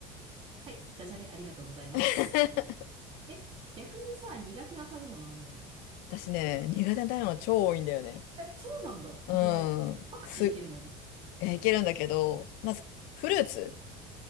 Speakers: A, on the right; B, on the left.
A: はい、ダジャレありがとうございます。
B: <laughs>
A: え、逆にさ、苦手な食べ物はないの
B: 私ね、苦手な食べ物超多いんだよね。
A: え、そうなんだ。意外。
B: うーん。
A: パクチーいけるのに。
B: す、えーいけるんだけど、まず、フルーツ